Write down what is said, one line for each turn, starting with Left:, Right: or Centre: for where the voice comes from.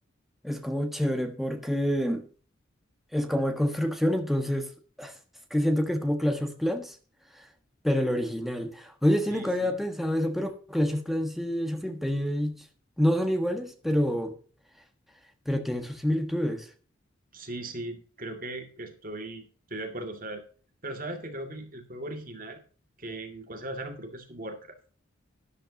Centre: es como chévere porque es como de construcción, entonces <laughs> es que siento que es como Clash of Clans. Pero el original. Oye,
Right: Sí,
Centre: sí, nunca
Right: sí,
Centre: había pensado eso, pero Clash of Clans y Age of Empires no son iguales, pero, pero tienen sus similitudes.
Right: sí, sí, creo que, que estoy, estoy de acuerdo. O sea, pero sabes que creo que el, el juego original que en el cual se basaron, creo que es Warcraft.